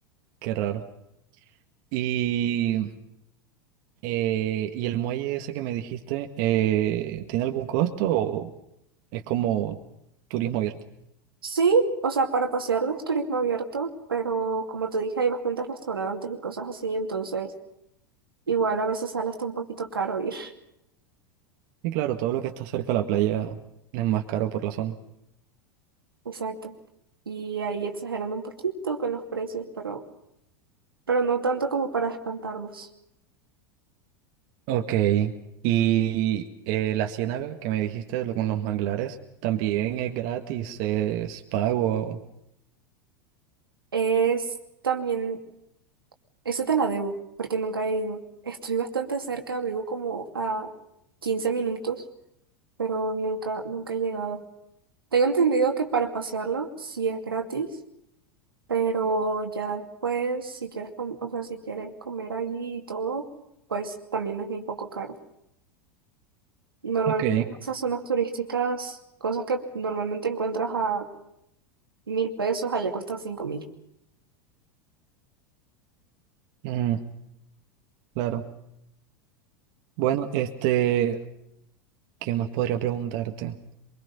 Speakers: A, on the right; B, on the right.
A: qué raro. Y, eh, ¿y el muelle ese que me dijiste, eh, tiene algún costo o es como turismo abierto?
B: Sí, o sea, para pasearlo es turismo abierto, pero como te dije, hay bastantes restaurantes y cosas así, entonces igual a veces sale hasta un poquito caro ir. <laughs>
A: Sí, claro, todo lo que está cerca de la playa es más caro por la zona.
B: Exacto. Y ahí exagerando un poquito con los precios, pero, pero no tanto como para espantarnos.
A: Ok, y eh, la ciénaga que me dijiste lo- con los manglares también es gratis, es pago.
B: Es también, eso te la debo, porque nunca he ido. Estoy bastante cerca, vivo como a 15 minutos, pero nunca, nunca he llegado. Tengo entendido que para pasearlo sí es gratis Pero ya después, si quieres, com- o sea, si quieres comer ahí y todo, pues también es muy poco caro. Normalmente
A: Ok,
B: en esas zonas turísticas, cosas que normalmente encuentras a mil pesos, allá cuestan cinco mil.
A: mm, claro. Bueno, este, ¿qué más podría preguntarte?